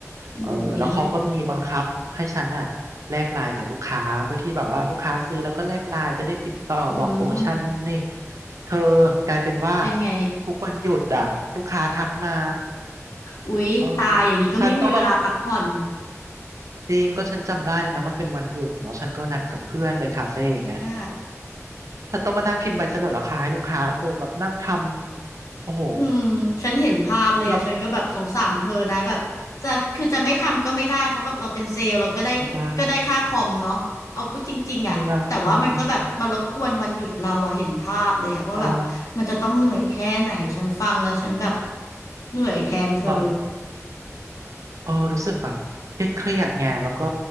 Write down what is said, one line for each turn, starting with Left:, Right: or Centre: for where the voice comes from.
Left: หูย
Right: เออแล้วเขาก็มีบังคับให้ฉันอ่ะแลกไลน์กับลูกค้าเพื่อที่แบบว่าลูกค้าซื้อแล้วก็แลกไลน์จะได้ติดต่อบอกโปรโมชั่นนู่นนี่
Left: อืม
Right: เธอกลายเป็นว่า
Left: เป็นไง
Right: ทุกวันหยุดอ่ะลูกค้าทักมา
Left: อุ๊ยตายอย่างนี้ก็ไม่มีเวลาพักผ่อน
Right: เออฉันต้องมา จริงก็ฉันจำได้เลยนะมันเป็นวันหยุดเนาะฉันก็นัดกับเพื่อนไปคาเฟ่อย่างเงี้ย
Left: อ่า
Right: ฉันต้องมานั่งพิมพ์ใบเสนอราคาให้ลูกค้าคือแบบนั่งทำโอ้โห
Left: อืมฉันเห็นภาพเลยอ่ะฉันก็แบบสงสารเธอนะแบบจะคือจะไม่ทำก็ไม่ได้เพราะแบบเราเป็นเซลล์เราก็ได้ก็ได้ค่าคอมเนาะเอาพูดจริงๆอ่ะแต่ว่ามันก็แบบมารบกวนวันหยุดเราอ่ะเห็นภาพเลยอ่ะว่าแบบมันจะต้องเหนื่อยแค่ไหนฉันฟังแล้วฉันแบบ
Right: แล้วไม่ได้ไม่ได้อืมใช่
Left: เหนื่อยแทนเธอ
Right: แบบ เออรู้สึกแบบเครียดๆไงแล้วก็